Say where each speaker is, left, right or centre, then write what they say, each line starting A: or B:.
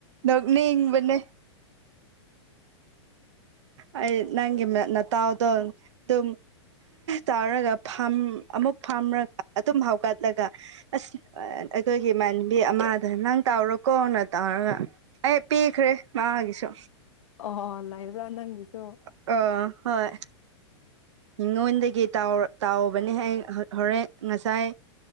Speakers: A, on the right; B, on the left.
A: ꯅꯣꯛꯅꯤꯡꯕꯅꯦ ꯑꯩ ꯅꯪꯒꯤ ꯃ ꯅꯠꯇꯥꯎꯗꯣ ꯑꯗꯨ ꯇꯥꯎꯔꯒ ꯑꯃꯨꯛ ꯐꯝꯔꯒ ꯑꯗꯨꯝ ꯍꯥꯎꯒꯠꯂꯒ ꯑꯁ ꯑꯩꯈꯣꯏꯒꯤ ꯏꯃꯥꯟꯕꯤ ꯑꯃꯗ ꯅꯪ ꯇꯥꯎꯔꯛꯄ ꯀꯣꯟꯅ ꯇꯥꯔꯒ ꯑꯩ ꯄꯤꯈ꯭ꯔꯦ ꯃꯥꯃꯒꯤꯁꯨ
B: ꯑꯣ ꯂꯥꯏꯕ꯭ꯔꯥ ꯅꯪꯒꯤꯁꯨ
A: ꯑ ꯍꯣꯏ ꯃꯤꯉꯣꯟꯗꯒꯤ ꯇꯧꯕꯅꯦ ꯑꯩ ꯍꯣꯔꯦꯟ ꯉꯁꯥꯏ